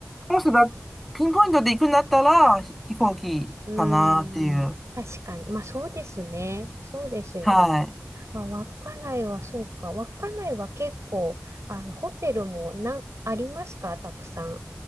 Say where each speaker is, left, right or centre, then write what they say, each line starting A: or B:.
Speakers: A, in the centre; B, on the right (about 70°).
A: もしばピンポイントで行くんだったら、ひ飛行機かなっていう。
B: うーん。確かに。まあそうですね。そうですよね。
A: はい。
B: まあ稚内はそうか。稚内は結構、あの、ホテルもなんありますかたくさん。